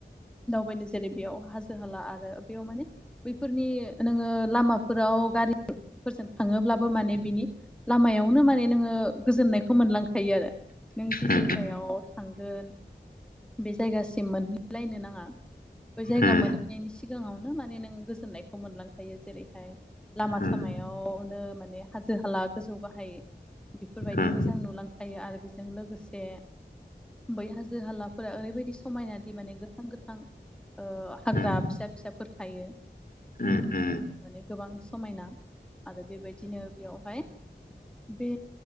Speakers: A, in the centre; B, on the left (about 55°).
A: दावबायनो जेरै बेयाव हाजो हाला आरो बेयाव माने बैफोरनि नोङो लामाफोराव गारिफोरजों थाङोब्लाबो माने बिनि लामायावनो माने नोङो गोजोननायखौ मोनलांखायो आरो नों जि
B: उम
A: जायगायाव थांगोन बे जायगासिम मोनहैलायनो नाङा बै जायगा
B: उम
A: मोनहैनायनि सिगाङावनो माने नों गोजोननायखौ मोनलांखायो जेरैहाय लामा
B: उम
A: सामायावनो माने हाजो हाला गोजौ गाहाय बेफोरबायदि
B: उम
A: मोजां नुलांफायो आरो बेजों लोगोसे बै हाजो हालाफोरा ओरैबायदि समायनादि माने गोथां गोथां हाग्रा
B: उम
A: फिसा फिसाफोर थायो
B: उम उम
A: माने गोबां समायना आरो बेबायदिनो बेयावहाय बे